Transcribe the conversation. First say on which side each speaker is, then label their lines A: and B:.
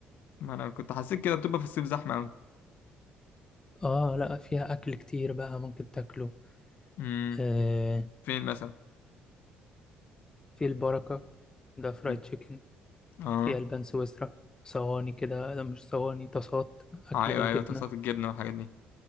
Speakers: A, on the left (about 70°); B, on the left (about 20°).
A: ما انا كنت حسيت كده بتبقى في الصيف زحمه قوي
B: آه لأ فيها أكل كتير بقى ممكن تاكله
A: امم
B: آه
A: فين مثلا
B: في البركة ده فرايد
A: أمم،
B: تشيكن
A: اه
B: في ألبان سويسرا صواني كده لا مش صواني طاسات أكل
A: ايوه
B: بالجبنة
A: ايوه طاسات الجبنه والحاجات دي